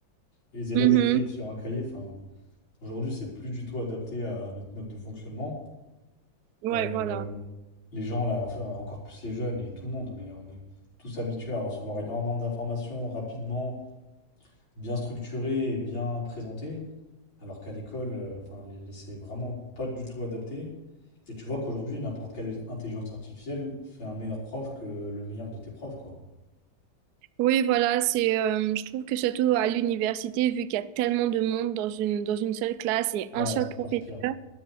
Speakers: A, on the left; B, on the right.
A: et les élèves
B: Mhm.
A: écrivent sur un cahier. Enfin, aujourd'hui, c'est plus du tout adapté à notre mode de fonctionnement.
B: Ouais,
A: Euh,
B: voilà.
A: les gens, là, enfin, encore plus les jeunes et tout le monde, mais on est tous habitués à recevoir énormément d'informations rapidement, bien structurées et bien présentées. Alors qu'à l'école, euh, enfin, les- les- c'est vraiment pas du tout adapté. Et tu vois qu'aujourd'hui, n'importe quelle intelligence artificielle fait un meilleur prof que le meilleur de tes profs, quoi.
B: Oui, voilà, c'est, euh, je trouve que surtout à l'université, vu qu'il y a tellement de monde dans une, dans une seule classe et
A: Ouais,
B: un seul
A: c'est
B: professeur,
A: encore pire.